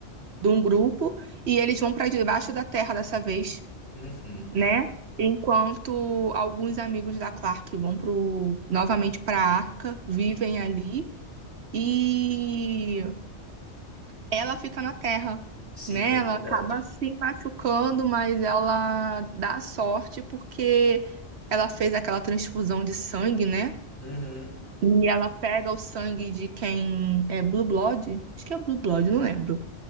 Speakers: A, on the right; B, on the left.
A: de um grupo, e eles vão para debaixo da terra dessa vez,
B: uhum.
A: né, enquanto alguns amigos da Clark vão pro, novamente para a Arca, vivem ali, e ela fica na terra,
B: Sim,
A: né?
B: é
A: Ela
B: verdade.
A: acaba se machucando, mas ela dá sorte porque ela fez aquela transfusão de sangue, né?
B: Uhum.
A: E ela pega o sangue de quem é Blue Blood, acho que é Blue Blood, não lembro.